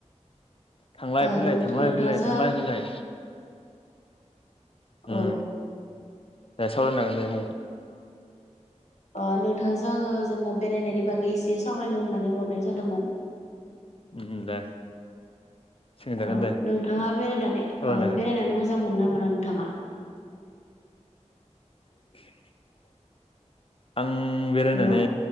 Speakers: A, on the left; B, on the left.
A: थांलाय
B: ओ
A: फैलाय थांलाय
B: नोंथांजों
A: फैलाय थांलाय
B: आं
A: फैलाय उम
B: औ
A: दे सावरायनो हागोन दे बुं
B: आं नोंथांजों आङो जेनेबा बेरायनायनि बागै एसे सावरायनो होननानै हरनाय जादोंमोन।
A: उम उम दे सोंजागोन
B: ओ
A: दे
B: नोंथाङा बेरायनानै
A: सावरायनो
B: ओ
A: हागोन
B: बेरायनानै मोजां मोनो ना मोना नोंथाङा?
A: <inaudible> आं बेरायनानै
B: हेलौ